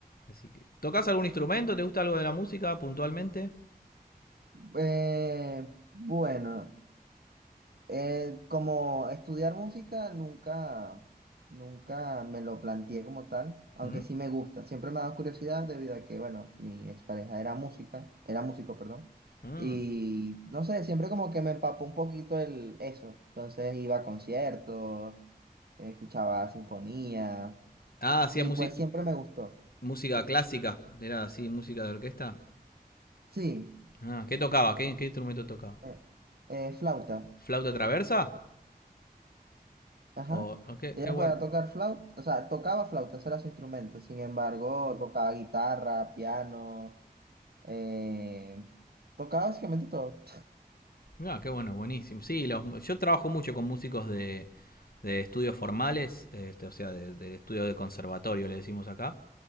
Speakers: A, on the left; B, on the right.
A: Así que, ¿tocas algún instrumento?
B: Bu-
A: ¿Te gusta algo de la música puntualmente?
B: eh, bueno, Eh, como estudiar música nunca, nunca me lo planteé como tal, aunque
A: ¿Mm?
B: sí me gusta. Siempre me ha dado curiosidad debido a que, bueno, mi expareja era música, era músico, perdón.
A: Ah.
B: Y no sé, siempre como que me empapó un poquito el eso. Entonces iba a conciertos, escuchaba sinfonía
A: Ah, hacía
B: y
A: musi-
B: pues siempre me gustó.
A: música clásica. Era así, música de orquesta.
B: Sí,
A: Ah, ¿qué tocaba? ¿Qué, qué instrumento tocaba?
B: eh, eh, flauta.
A: ¿Flauta traversa?
B: Ajá.
A: O, o qué,
B: Ella
A: qué bueno.
B: podía tocar flauta, o sea, tocaba flauta, ese era su instrumento. Sin embargo, tocaba guitarra, piano, eh, tocaba básicamente todo.
A: Ah, qué bueno, buenísimo. Sí, los, yo trabajo mucho con músicos de, de estudios formales, este, o sea, de, de estudios de conservatorio, le decimos acá.